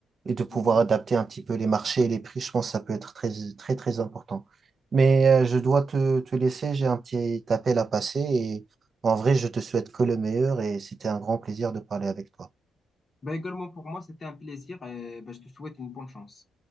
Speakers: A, on the right; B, on the left.
A: et de pouvoir
B: Voilà.
A: adapter un petit peu les marchés et les prix, je pense que ça peut être très, très, très important. Mais euh, je dois te, te laisser, j'ai un petit appel à passer et en vrai, je te souhaite que le meilleur et c'était un grand plaisir de parler avec toi.
B: Ben, également pour moi, c'était un plaisir et ben, je te souhaite une bonne chance.